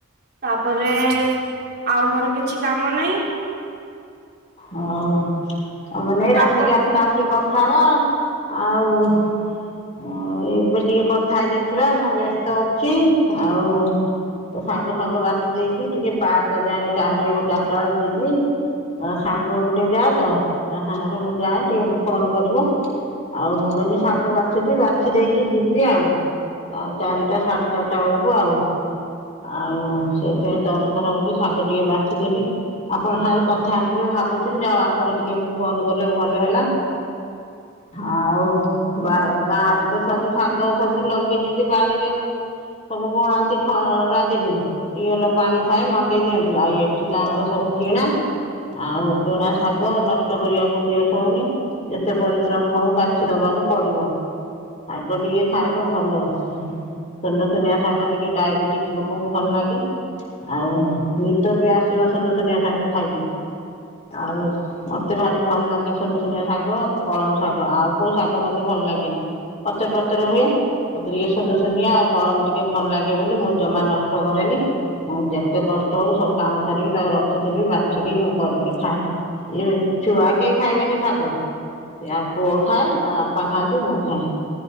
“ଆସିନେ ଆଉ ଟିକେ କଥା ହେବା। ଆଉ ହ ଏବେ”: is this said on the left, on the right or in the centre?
Left